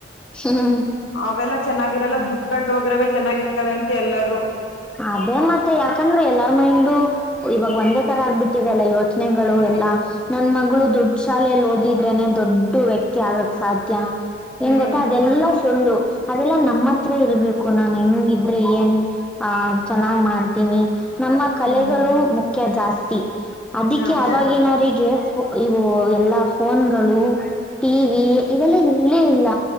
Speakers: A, in the centre; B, on the left.
A: ಹ್ಮ್
B: ಅವೆಲ್ಲಾ ಚೆನ್ನಾಗಿರಲ್ಲ ದುಡ್ಡು ಕಟ್ಟ ಹೋಗ್ರವೇ ಚೆನ್ನಾಗಿರ್ತವೆ ಅಂತ ಎಲ್ಲಾರೂ
A: ಅದೇ ಮತ್ತೆ ಯಾಕಂದ್ರೆ ಎಲ್ಲಾರ ಮೈಂಡ ಇವಾಗ ಒಂದೇ ತರ ಆಗ್ಬಿಟ್ಟಿದೆಲ್ಲ ಇವತ್ತು ಯೋಚನೆಗಳು
B: ಹ್ಮ್
A: ಎಲ್ಲಾ ನ ನನ್ ಮಗಳು ದೊಡ್ಡ ಶಾಲೆಯಲ್ಲಿ ಓದಿದ್ರೇನೆ ದೊಡ್ಡು ವ್ಯಕ್ತಿ ಆಗಕ್ ಸಾಧ್ಯ
B: ಹ್ಮ್
A: ಹೆಂಗ್ ಗೊತ್ತಾ ಅದೆಲ್ಲ ಸುಳ್ಳು ಅದೆಲ್ಲಾ ನಮ್ಮ ಹತ್ರ ಇರ್ಬೇಕು ಕು ನಾನ್ ಹೆಂಗಿದ್ರೆ ಏನ್ ಅ ಚೆನ್ನಾಗ್ ಮಾಡ್ತೀನಿ ನಮ್ಮ ಕಲೆಗಳು
B: ಹ್ಮ್
A: ಮುಖ್ಯ ಜಾಸ್ತಿ ಅದಕ್ಕೆ
B: ಅದೇ
A: ಅವಾಗಿನವರಿಗೆ ಇವು ಎಲ್ಲಾ ಫೋನ್ಗಳು ಟಿವ ವಿ ಇವೆಲ್ಲ ಇರ್ಲೇ ಇಲ್ಲ